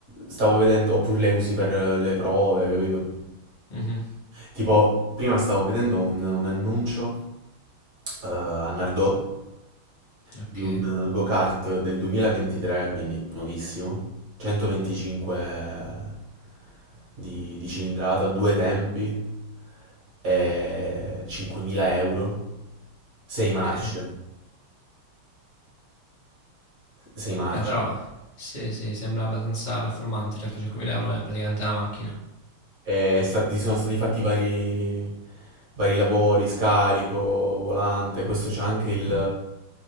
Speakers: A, on the right; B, on the left.
A: stavo vedendo, oppure le usi per le prove, capito?
B: Mhm,
A: Tipo, prima stavo vedendo un, un annuncio eh, a Nardò
B: Ok,
A: di un eh, go-kart del 2023, quindi nuovissimo, 125 di, di cilindrata, due tempi, e 5.000 euro, 6 marce,
B: ok.
A: 6 marce.
B: Beh, però, sì, sì, sembra abbastanza performante. Certo, 5.000 euro è praticamente una macchina.
A: È stati- sono stati fatti vari, vari lavori, scarico, volante. Questo c'è anche il,